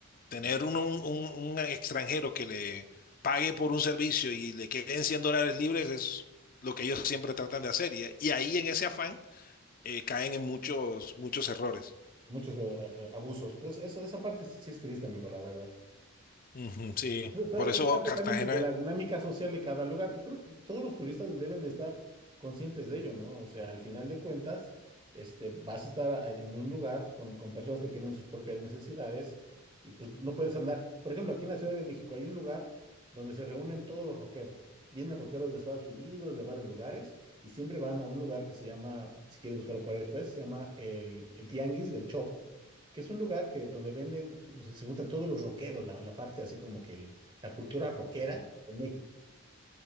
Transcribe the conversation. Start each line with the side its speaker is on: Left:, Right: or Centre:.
Left: tener
Right: Claro.
Left: un, un- un- un extranjero que le pague por un servicio y le queden 100 dólares libres es lo que ellos siempre tratan de hacer. y y ahí en ese afán eh, caen en muchos, muchos errores.
Right: Muchos eh, eh, abusos. Pues eso- esa parte sí es triste, amigo, la verdad.
Left: Ujú, sí,
Right: Pero ta-
Left: por
Right: Es
Left: eso
Right: parte
Left: Cartagena,
Right: también de de la dinámica social de cada lugar. Creo que todos los turistas deben de estar conscientes de ello, ¿no? O sea, al final de cuentas, este, vas a estar a- en un lugar con, con personas que tienen sus propias necesidades y pues no puedes andar. Por ejemplo, aquí en la Ciudad de México hay un lugar donde se reúnen todos los rockeros. Vienen rockeros de Estados Unidos, de varios lugares, y siempre van a un lugar que se llama, si quieres buscarlo por ahí después, se llama el, el Tianguis del Chopo, que es un lugar que donde venden, se juntan todos los rockeros, la, la parte así como que el la cultura rockera de México.